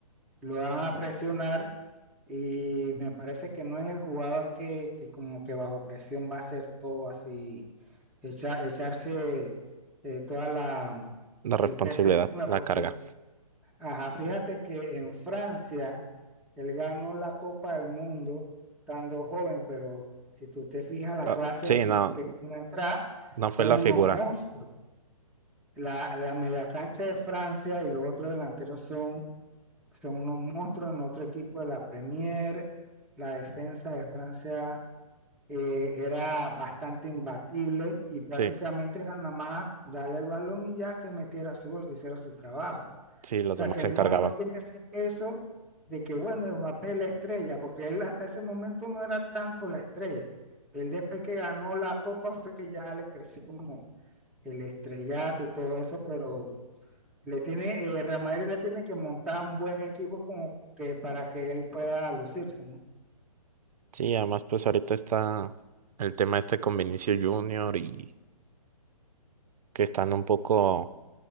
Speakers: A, in the centre; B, on the right.
A: lo van a presionar y me parece que no es el jugador que, que como que bajo presión va a hacer todo así, echa- echarse eh, toda la,
B: La responsabilidad,
A: el peso encima,
B: la
A: porque,
B: carga.
A: ajá, fíjate que en Francia él ganó la Copa del Mundo estando joven, pero si tú te fijas la
B: Ah,
A: clase
B: sí,
A: de equipos
B: no,
A: que tiene atrás,
B: no
A: son
B: fue la
A: unos
B: figura.
A: monstruos. La, la media cancha de Francia y los otros delanteros son, son unos monstruos en otro equipo de la Premier. La defensa de Francia eh, era bastante imbatible y prácticamente
B: Sí,
A: era nada más darle el balón y ya que metiera su gol, que hiciera su trabajo.
B: sí, los
A: O sea
B: demás
A: que
B: se
A: no,
B: encargaban.
A: él no tenía ese peso de que, bueno, Mbappé es la estrella, porque él hasta ese momento no era tanto la estrella. Él después que ganó la copa fue que ya le creció como el estrellato y todo eso, pero le tiene, eh, Real Madrid le tiene que montar un buen equipo como que para que él pueda lucirse, ¿no?
B: Sí, además pues ahorita está el tema este con Vinicius Junior y que están un poco